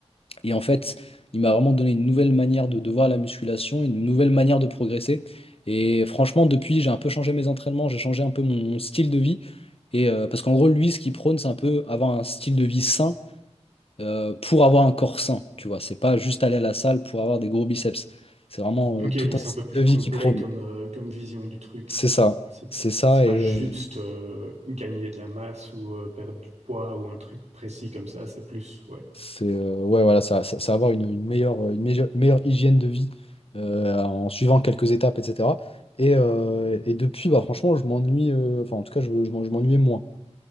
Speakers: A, on the left; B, on the right.
A: Et en fait, il m'a vraiment donné une nouvelle manière de, de voir la musculation, une nouvelle manière de progresser. Et franchement, depuis, j'ai un peu changé mes entraînements, j'ai changé un peu mon, mon style de vie. Et euh, parce qu'en gros, lui, ce qu'il prône, c'est un peu avoir un style de vie sain euh, pour avoir un corps sain. Tu vois, c'est pas juste aller à la salle pour avoir des gros biceps. C'est vraiment euh,
B: Ok,
A: tout
B: donc c'est
A: un style
B: un peu plus
A: de vie
B: complet
A: qu'il prône.
B: comme, euh, comme vision du truc.
A: C'est ça,
B: C'est
A: c'est
B: pas,
A: ça.
B: c'est pas
A: Et
B: juste
A: euh,
B: euh, gagner de la masse ou euh, perdre du poids ou un truc précis comme ça, c'est plus, ouais.
A: C'est euh, ouais, voilà, ça, ça, ça va avoir une, une meilleure, euh, une meilleure, meilleure hygiène de vie euh, en suivant quelques étapes, etc. Et, euh, et depuis, bah, franchement, je m'ennuie, euh, enfin, en tout cas, je, je m'en- je m'ennuyais moins.